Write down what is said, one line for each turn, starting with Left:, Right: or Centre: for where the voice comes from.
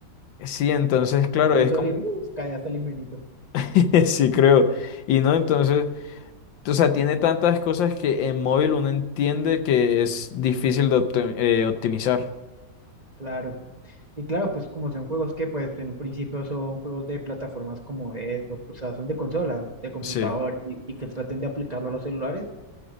Left: sí, entonces, claro,
Right: Rompe
Left: es
Right: el sol
Left: como,
Right: y Claro. ¡uh! cae hasta el infinito.
Left: <laughs> sí, creo. Y no, entonces. O sea, tiene tantas cosas que en móvil uno entiende que es difícil de opti- eh, optimizar.
Right: Claro. Y claro, pues como son juegos que pues en un principio son juegos de plataformas como Xbox, o sea, son de consolas, de computador
Left: Sí,
Right: y, y que traten de aplicarlo a los celulares,